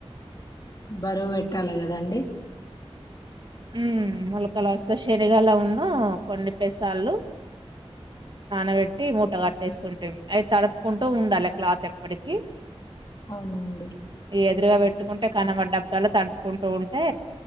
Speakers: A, on the left (about 40°); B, on the right (about 50°).
A: బరువు పెట్టాలే కదండి
B: ఉ మొలకలోస్సయి శనిగలను, కొన్ని పెసళ్ళు. నాణబేట్టి మూట గట్ తెస్తుంటిమి అయి తడుపుకుంటూ ఉండాల క్లాత్ ఎప్పటికి.
A: అవునాండి
B: ఈ ఎదురుగా పెట్టుకుంటే కనబడప్పుడల్ల తడుపుకుంటూ ఉంటే